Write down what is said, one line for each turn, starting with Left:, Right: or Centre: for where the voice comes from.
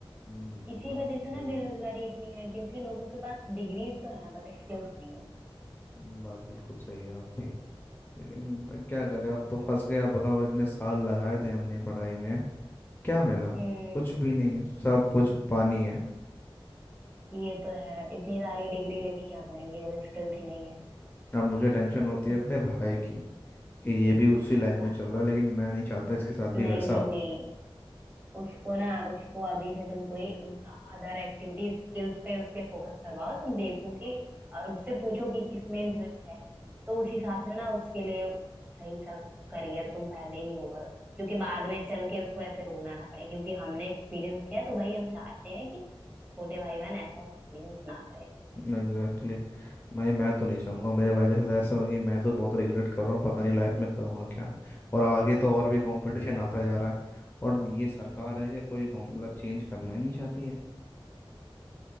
Left: हम्म,
Right: इसी
Left: बात
Right: वजह
Left: तो सही
Right: से ना
Left: है
Right: बेरोजगारी इतनी है क्योंकि लोगों के पास डिग्री तो है बट स्किल्स नहीं है
Left: हम्म, बात बिल्कुल सही है आपकी लेकिन भाई क्या करें अब तो फंस गए अब बताओ इतने साल लगाए थे हमने पढ़ाई में क्या मिला
Right: हम्म
Left: कुछ भी नहीं सब कुछ पानी है
Right: ये तो है इतनी सारी डिग्री लेके क्या करेंगे जब स्किल्स ही नहीं है
Left: अब मुझे टेंशन होती
Right: इस,
Left: है अपने भाई की कि ये भी उसी लाइन में
Right: आह,
Left: चल रहा है लेकिन मैं नहीं चाहता इसके साथ
Right: नहीं
Left: भी वैसा
Right: नहीं
Left: हो
Right: नहीं उसको ना उसको अभी से तुम कोई अदर एक्टिविटी स्किल्स पे उसके फोकस करवाओ तुम देखो कि और उससे पूछो कि किसमें इंटरेस्ट है तो उस हिसाब से ना उसके लिए सही सा करियर तुम पहले ही वो करो क्योंकि बाद में चल के उसको ऐसे रोना ना पड़े क्योंकि हमने एक्सपीरियंस किया है, तो भाई हम चाहते हैं कि छोटे भाई बहन ऐसा एक्सपीरियंस ना करें
Left: Exactly exactly. मैं मैं तो नहीं चाहूँगा मेरे भाई के साथ ऐसा होगी मैं तो बहुत रिग्रेट कर रहा हूँ पता नहीं लाइफ में करूँगा क्या और आगे तो और भी कंपटीशन आता जा रहा है और ये सरकार है कि कोई मतलब चेंज करना ही नहीं चाहती है